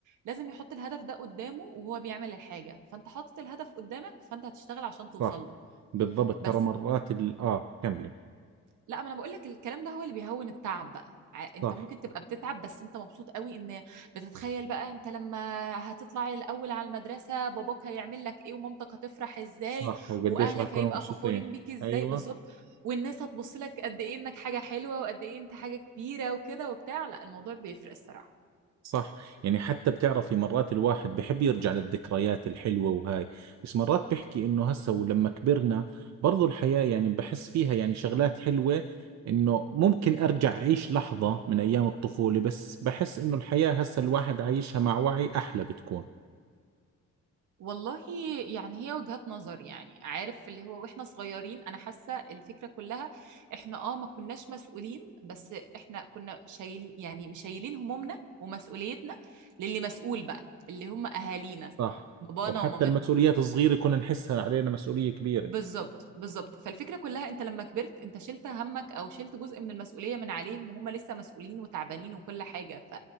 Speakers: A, on the right (about 80°); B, on the right (about 60°).
A: لازم يحط الهدف ده قدامه وهو بيعمل الحاجة فانت حاطط الهدف قدامك فانت هتشتغل عشان
B: صح
A: توصل له
B: بالضبط
A: بس
B: ترى مرات ال... آه كملي
A: لا ما انا بقول لك الكلام ده هو اللي بيهون التعب بقى ع- انت
B: صح
A: ممكن تبقى بتتعب بس انت مبسوط قوي ان بتتخيل بقى انت لما هتطلع الاول على المدرسه باباك هيعمل لك ايه ومامتك هتفرح ازاي
B: صح وقديش
A: واهلك
B: راح يكونوا
A: هيبقى
B: مبسوطين
A: فخورين بيك ازاي
B: أيوة
A: بالظبط والناس هتبص لك قد ايه انك حاجه حلوه وقد ايه انت حاجه كبيره وكده وبتاع لا الموضوع بيفرق الصراحه
B: صح يعني حتى بتعرفي مرات الواحد بحب يرجع للذكريات الحلوة وهاي بس مرات بحكي انه هسه ولما كبرنا برضو الحياة يعني بحس فيها يعني شغلات حلوة انه ممكن ارجع اعيش لحظة من ايام الطفولة بس بحس انه الحياة هسه الواحد عايشها مع وعي احلى بتكون
A: والله يعني هي وجهات نظر يعني عارف اللي هو واحنا صغيرين انا حاسه الفكره كلها احنا اه ما كناش مسؤولين بس احنا كنا شايل يعني مشايلين همومنا ومسؤوليتنا للي مسؤول بقى اللي هم اهالينا
B: صح
A: بابانا
B: وحتى
A: ومامتنا
B: المسؤوليات الصغيرة كنا نحسها علينا مسؤولية كبيرة
A: بالظبط بالظبط فالفكره كلها انت لما كبرت انت شلت همك او شلت جزء من المسؤوليه من عليهم وهم لسه مسؤولين وتعبانين وكل حاجه ف...